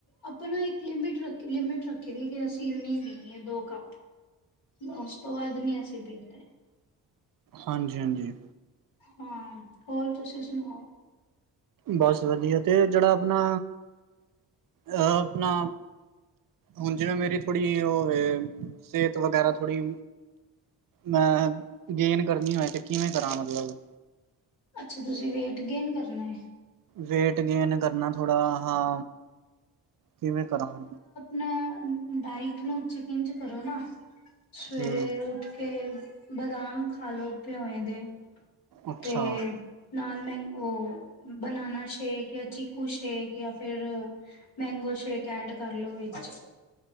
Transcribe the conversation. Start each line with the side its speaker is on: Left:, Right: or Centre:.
Left: ਆਪਾਂਣਾ ਇੱਕ ਲਿਮਿਟ ਰੱਖ ਲਿਮਿਟ ਰੱਖੀ ਦੀ ਕਿ ਅਸੀਂ ਇੰਨੀ ਦੇਣੀ ਐ ਦੋ ਕੱਪ ਓਸ ਤੋਂ ਬਾਅਦ ਨੀ ਅਸੀਂ ਪੀਂਦੇ।
Right: ਹਾਂਜੀ-ਹਾਂਜੀ।
Left: ਹਾਂ। ਹੋਰ ਤੁਸੀਂ ਸੁਣਾਓ?
Right: ਬਸ ਵਧੀਆ ਤੇ ਜਿਹੜਾ ਆਪਣਾ ਅਹ ਆਪਣਾ ਹੁਣ ਜਿਵੇਂ ਮੇਰੀ ਥੋੜ੍ਹੀ ਉਹ ਸਿਹਤ ਵਗੈਰਾ ਥੋੜੀ ਮੈਂ ਗੇਨ ਕਰਨੀ ਹੋਵੇ ਕਿ ਕਿਵੇਂ ਕਰਾਂ ਮਤਲਬ?
Left: ਅੱਛਾ ਤੁਸੀਂ ਵੇਟ ਗੇਨ ਕਰਨਾ ਐ।
Right: ਵੇਟ-ਗੇਨ ਕਰਨਾ। ਥੋੜਾ ਹਾ, ਕਿਵੇਂ-ਕਰਾਂ
Left: ਨਾ ਡਾਇਟ ਨੂੰ ਚਿਕਿੰਜ ਕਰੋ ਨਾ ਸਵੇਰੇ
Right: ਹੂੰ
Left: ਉੱਠ ਕੇ ਬਦਾਮ ਖਾ ਲੋ ਪਿਓਂਏ ਦੇ।
Right: ਅੱਛਾ
Left: ਤੇ ਨਾਲ ਮੈਂ ਉਹ ਬਨਾਨਾ ਸ਼ੇਕ ਜਾਂ ਚੀ ਕੂ ਸ਼ੇਕ ਜਾਂ ਫੇਰ ਮੈਂਗੋ ਸ਼ੇਕ ਐਡ ਕਰਲੋ ਵਿੱਚ।